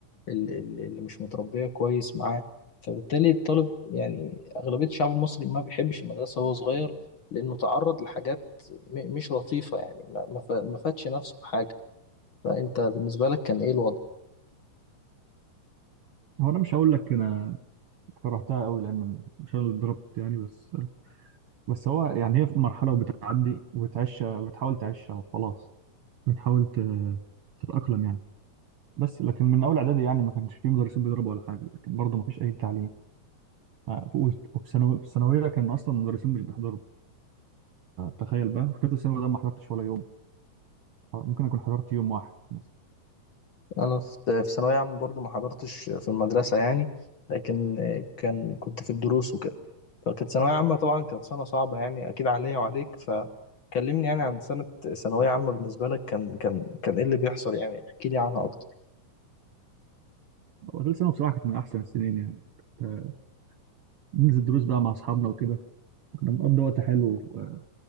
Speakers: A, on the left (about 50°); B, on the right (about 60°).
A: ال- ال- اللي مش متربية كويس معاه فبالتالي الطالب يعني أغلبية الشعب المصري ما بيحبش المدرسة وهو صغير لأنه تعرض لحاجات م- مش لطيفة يعني ما ما ف- ما فادش نفسه بحاجة فأنت بالنسبة لك كان إيه الوضع؟
B: هو أنا مش هقول لك أنا كرهتها قوي لأن مش أنا اللي اتضربت يعني بس بس هو يعني هي في مرحلة وبتعدي وبتعيش بتحاول تعيشها وخلاص بتحاول ت- تتأقلم يعني بس لكن من أول إعدادي يعني ما كانش فيه مدرسين بيضربوا ولا حاجة لكن برضه ما فيش أي تعليم آه، ف- وفي ثانوي- في الثانوية كان أصلا المدرسين مش بيحضروا تخيل بقى في تالتة ثانوي ده ما حضرتش ولا يوم آه، ممكن أكون حضرت يوم واحد مثلا
A: أنا في في ثانوية عامة برضو ما حضرتش في المدرسة يعني لكن كان كنت في الدروس وكده فكانت ثانوية عامة طبعا كانت سنة صعبة يعني أكيد عليا وعليك فكلمني يعني عن سنة ثانوية عامة بالنسبة لك كان كان كان إيه اللي بيحصل يعني احكي لي عنها أكتر
B: هو تالتة ثانوي بصراحة كانت من أحسن السنين يعني آه، ننزل دروس بقى مع أصحابنا وكده كنا بنقضي وقت حلو آه،